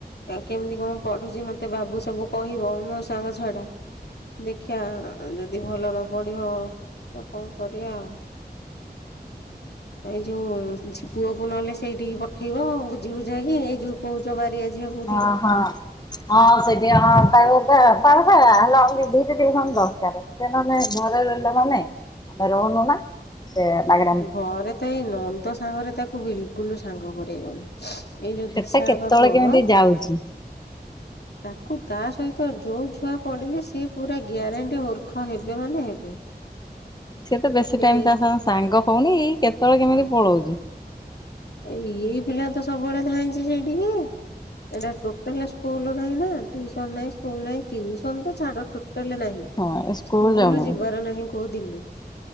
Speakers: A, on the left; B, on the left.
A: ଏ କେମିତି କଣ ପଢ଼ୁଛି ମୋତେ ବାବୁ ସବୁ କହିବ ମୋ ସାଙ୍ଗ ଛୁଆଟା। ଦେଖିଆ ଅ ଯଦି ଭଲ ନ ପଢ଼ିବ ତ କଣ କରିବା ଆଉ। ଏଇ ଯୋଉ ଝି ପୁଅକୁ ନହେଲେ ସେଇଠିକି ପଠେଇବି ବୁଝି ବୁଝାକି ଏଇ ଯୋଉ କହୁଛ ବାରିଆ ଝିଅକୁ
B: ହଁ ହଁ। ହଁ ସେଠି ହଁ ତାକୁ ପା ତାକୁ ପା ହେଲା ଦିଟା ଟିଉସନ ଦରକାରେ। ସେ ନହେଲେ ଘରେ ରହିଲା ମାନେ ଆମେ ରହୁନୁ ନା ସେ ମାଗେଣା
A: ଘରେ ତ ଏଇ ନନ୍ଦ ସାଙ୍ଗରେ ତାକୁ ବିଲକୁଲ ସାଙ୍ଗ କରେଇବନି। ଏଇ ଯୋଉ
B: ସେଟା
A: ଦିଶା
B: କେତେବେଳେ
A: ବାବା ପୁଅ
B: କେମିତି ଯାଉଛି।
A: ତାକୁ ତା ସହିତ ଯୋଉ ଛୁଆ ପଡ଼ିଲେ ସେ ପୁରା ଗ୍ୟାରେଣ୍ଟି ମୂର୍ଖ ହେବେ ମାନେ ହେବେ।
B: ସେତ ବେଶୀ ଟାଇମ୍
A: ଏଇ
B: ତା ସହ ସାଙ୍ଗ ହଉନି କେତେବେଳେ କେମିତି ପଳଉଛି।
A: ଅ ଏଇ ପିଲା ତ ସବୁବେଳେ ଧାଇଁଛି ସେଇଠିକି। ଏଟା ଟୋଟାଲେ ସ୍କୁଲୁ ନାହିଁନା ଟିଉସନ ନାହିଁ ସ୍କୁଲ ନାହିଁ ଟିଉସନ ତ ଛାଡ଼ ଟୋଟାଲେ ନାହିଁ।
B: ହଁ ସ୍କୁଲ
A: ସ୍କୁଲୁ
B: ଯାଉନି
A: ଯିବାର ନାହିଁ କୋ କୋଉ ଦିନ